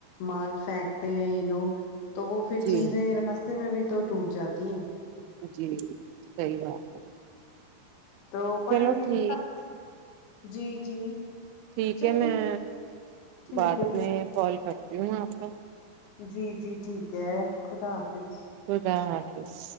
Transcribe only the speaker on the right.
جی
جی صحیح بات ہے
چلو
ٹھیک
ٹھیک
ہے میں
بعد
میں کال کرتی ہوں آپ کو
خدا حافظ